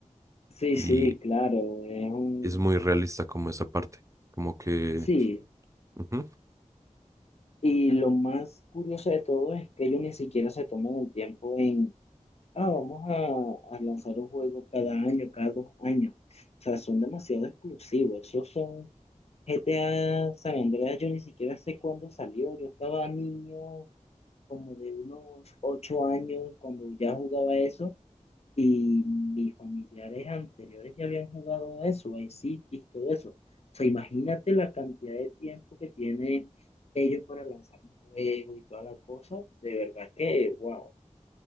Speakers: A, on the left; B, on the right.
A: Sí,
B: Y
A: sí, claro, es un...
B: es muy realista como esa parte. Como que...
A: Sí,
B: ujú.
A: y lo más curioso de todo es que ellos ni siquiera se toman el tiempo en, ah, vamos a, a lanzar un juego cada año, cada dos años. O sea, son demasiado exclusivos. Esos son GTA San Andreas, yo ni siquiera sé cuándo salió. Yo estaba niño, como de unos ocho años, cuando ya jugaba eso. Y mis familiares anteriores ya habían jugado eso, Vice City, todo eso. O sea, imagínate la cantidad de tiempo que tienen ellos para lanzar un juego y toda la cosa. De verdad que, wow.